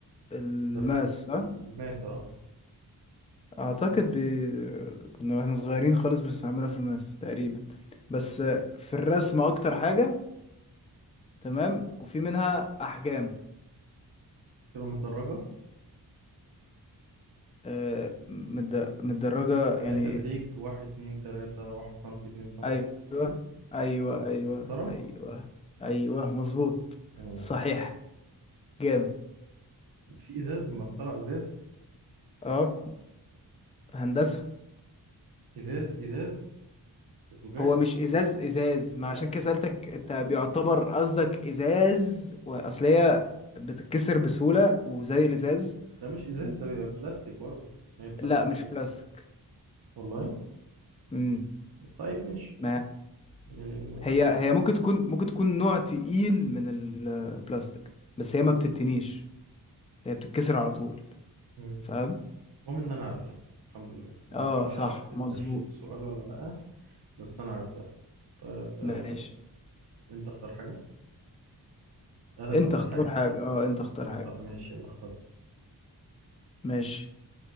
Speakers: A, on the left; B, on the right.
A: الماس
B: در-
A: صح
B: ال- المات اه
A: اعتقد بي... كنا واحنا صغيرين خالص بنستعملها في الماس تقريبا بس في الرسم اكتر حاجة تمام وفي منها احجام
B: تبقى متدرجة
A: آه، متد- متدرجة يعني
B: عليها تدريج واحد اتنين تلاتة واحد سنتي اتنين سنتي
A: ايوه
B: تلاتة سنتي
A: ايوه ايوه
B: مسطرة
A: ايوه ايوه مظبوط
B: مم.
A: صحيح جامد
B: في إزاز مسطرة إزاز
A: اه هندسة
B: إزاز إزاز زجاج
A: هو مش ازاز ازاز ما
B: لا
A: عشان
B: أنت
A: كده سألتك
B: أنا
A: انت بيعتبر
B: كده عمال أقول لك
A: قصدك ازاز واصل هي بتتكسر بسهولة وزي الازاز
B: ده مش إزاز
A: و...
B: ده بيبقى بلاستيك برضه ما هي بلاستيك
A: لا مش
B: برضه
A: بلاستيك
B: والله
A: امم
B: طيب ماشي
A: ما
B: يعني ما
A: هي هي ممكن تكون ممكن تكون نوع تقيل من البلاستيك بس هي ما بتتنيش هي بتتكسر على طول
B: مم.
A: فاهم
B: المهم إن أنا عرفتها الحمد لله أنا
A: اه
B: ما أعرفش
A: صح
B: عديت ال
A: مظبوط
B: 20 سؤال ولا لأ بس أنا عرفتها طيب آه،
A: ماشي
B: أنت اختار حاجة انا
A: انت
B: اللي اختار
A: اختار
B: حاجه
A: حاجة اه انت اختار
B: انا
A: حاجة
B: اختار ماشي يلا اخترت
A: ماشي